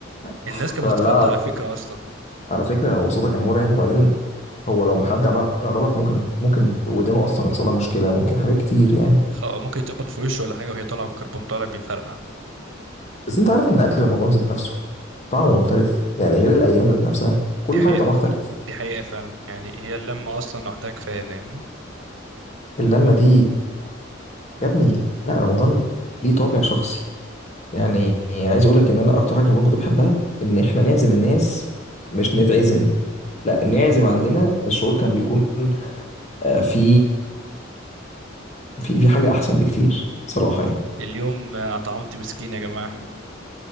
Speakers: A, on the left; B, on the right.
A: <laughs>
B: الناس كانت
A: تولع
B: بتتخض على فكرة أصلا
A: على فكرة هو صوتك كان مرعب وبعدين هو لو حد عملها غلط ممكن ممكن ودانه أصلا يحصل لها مشكلة ممكن حاجات كتير يعني
B: اه ممكن تخبط في وشه ولا حاجة وهي طالعة والكربون طالع بيفرقع
A: بس أنت عارف إن أكل رمضان ذات نفسه طعمه مختلف يعني غير الأيام ذات نفسها كل
B: دي حقيقة
A: حاجة طعمها اختلف
B: دي حقيقة فعلا يعني هي اللمة أصلا لوحدها كفاية فاهمني
A: اللمة دي يا ابني لا رمضان ليه طابع شخصي يعني عايز أقول لك إن أنا أكتر حاجة في رمضان كنت بحبها إن إحنا نعزم الناس مش نتعزم لا نعزم عندنا الشعور كان بيكون آه، في في في حاجة أحسن بكتير صراحة يعني
B: اليوم اطعمت مسكين يا جماعه